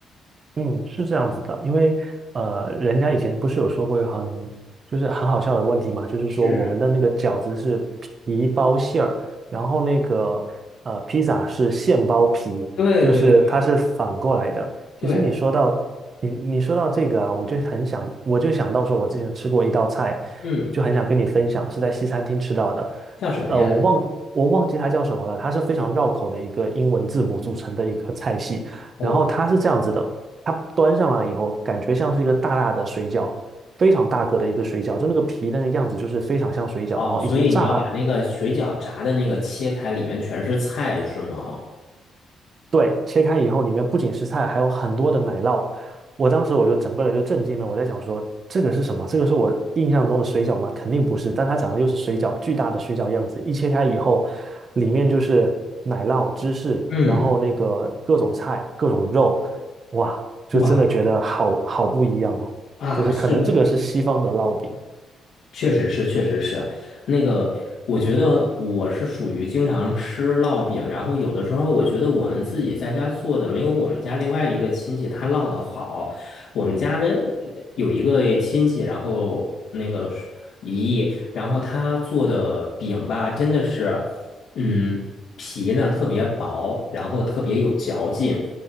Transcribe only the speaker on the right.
嗯，是这样子的，因为呃，人家以前不是有说过一个很就是很好笑的问题嘛，就是说我们的那个饺子是皮包馅儿，
然后那个呃披萨是馅包皮，
就是它是反过来的。
其实你说到你你说到这个啊，我就很想我就想到说，我之前吃过一道菜，
就很想跟你分享，是在西餐厅吃到的。
呃，我忘我忘记它叫什么了，它是非常绕口的一个英文字母组成的一个菜系，
然后它是这样子的。它端上来以后，感觉像是一个大大的水饺，非常大个的一个水饺，就那个皮那个样子就是非常像水饺，
然后已经炸了，
对，切开以后里面不仅是菜，还有很多的奶酪。我当时我就整个人就震惊了，我在想说这个是什么？这个是我印象中的水饺吗？肯定不是，但它长得又是水饺，巨大的水饺样子，一切开以后，里面就是奶酪、芝士，
然后那个各种菜、各种肉，哇，就真的觉得好好不一样哦。
就是可能这个是西方的烙饼。